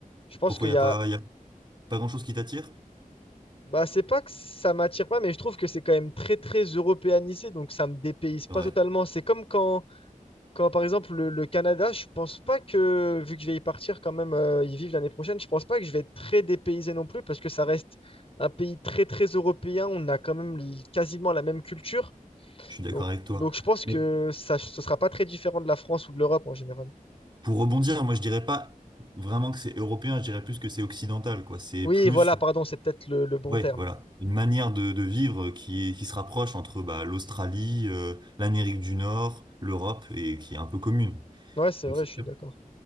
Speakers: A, on the left; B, on the right.
A: je pense
B: Pourquoi
A: qu'il
B: il
A: y
B: n'y a
A: a.
B: pas, il y a pas grand-chose qui t'attire?
A: Bah, c'est pas que ça m'attire pas, mais je trouve que c'est quand même très, très européanisé, donc ça me dépayse pas
B: Ouais,
A: totalement. C'est comme quand, quand par exemple, le, le Canada, je pense pas que, vu que je vais y partir quand même, euh, y vivre l'année prochaine, je pense pas que je vais être très dépaysé non plus, parce que ça reste un pays très, très européen. On a quand même l- quasiment la même culture.
B: je suis d'accord
A: Donc,
B: avec toi.
A: donc je pense que
B: Mais
A: ça, ce sera pas très différent de la France ou de l'Europe en général.
B: Pour rebondir, moi je dirais pas vraiment que c'est européen, je dirais plus que c'est occidental, quoi. C'est
A: Oui,
B: plus,
A: voilà, pardon, c'est peut-être le, le bon
B: ouais,
A: terme.
B: voilà, une manière de, de vivre qui, qui se rapproche entre bah, l'Australie, euh, l'Amérique du Nord, l'Europe et qui est un peu commune.
A: Ouais, c'est
B: Donc
A: vrai,
B: c'est
A: je suis
B: sûr,
A: d'accord.